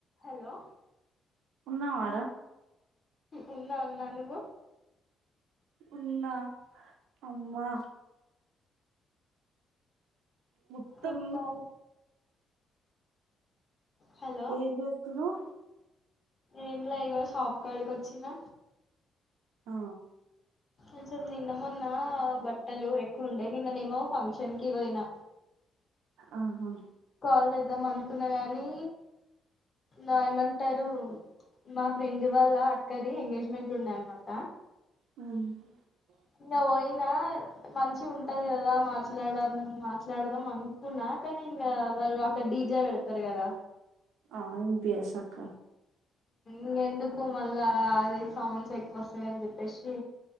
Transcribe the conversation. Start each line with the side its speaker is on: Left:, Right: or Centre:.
Left: Hello
Right: ఉన్నావారా
Left: ఉన్నా ఉన్నా నువ్వు
Right: ఉన్నా అమ్మా మొత్తం
Left: చెప్పాలి హలో
Right: ఏం చేస్తున్నావ్
Left: ఏం లే ఇగో షాప్ కాడికి వచ్చినా
Right: ఆ
Left: అసలు నిన్న మొన్న బట్టలు ఎక్కువ ఉండే నిన్ననేమో ఫంక్షన్ కి పోయినా
Right: ఆహా
Left: కాల్ చేద్దాం అనుకున్న గాని నా ఏమంటారు మా ఫ్రెండ్ వాల్ళ అక్కది ఎంగేజ్మెంట్ ఉన్నాయమ్మాట
Right: అ <unintelligible>
Left: ఇంగా పోయినా మంచి ఉంటది కదా మాట్లాడ మాట్లాడదాం అనుకున్నా పక్క ఇంగా వాళ్ళు అక్కడ డీజే పెడతారు కదా
Right: ఆ ఎంపిఎస్ అక్క
Left: ఇంగా ఎందుకు మళ్ళా అది సౌండ్స్ ఎక్కువ వస్తాయ అని చెప్పేసి